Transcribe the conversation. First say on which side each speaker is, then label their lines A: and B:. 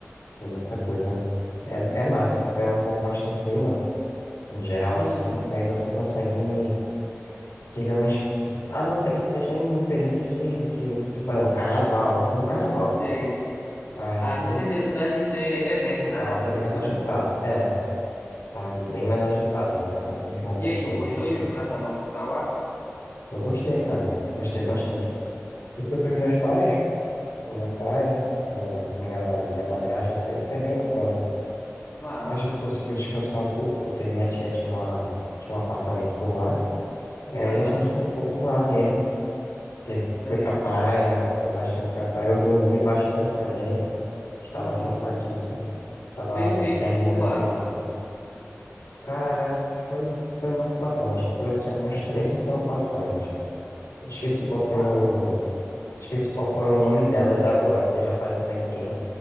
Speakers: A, on the left; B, on the left.
A: Tem muita coisa. É, é massa, porque é um pouco mais tranquila, no geral,
B: Uhum,
A: assim. Aí você consegue, digamos, a não ser que seja em períodos de, de, tipo, ah, não, carnaval. Eu fui no carnaval.
B: sei.
A: Aí
B: Ah, com certeza deve ter evento, né,
A: tava
B: da prefeitura.
A: bem mais agitado. É, tava bem mais agitado no, ca- em João
B: E
A: Pessoa
B: aí, tu gostou
A: por aqui.
B: de ir pro carnaval pra lá?
A: Eu gostei, cara. Gostei bastante. Eu fui com os meus pais, fui com meu pai, com, com minha, minha madrasta, foi, foi bem bacana.
B: Massa.
A: A gente conseguiu descansar um pouco, porque minha tia tinha uma, tinha um apartamento por lá. E aí
B: Aham,
A: a gente ficou por lá mesmo. Teve,
B: sei.
A: foi pra praia, foi bastante pra praia. Eu dormi bastante também. Estava
B: Uhum.
A: cansadíssimo. Estava
B: Fez o que de
A: terminando
B: bom por lá?
A: o período. Cara, foi, foi muito bacana. A gente conheceu umas três ou foram quatro praias. Eu Esqueci qual foi
B: Massa,
A: o.
B: viu?
A: Esqueci qual foram o nome delas agora, porque já faz um tempinho.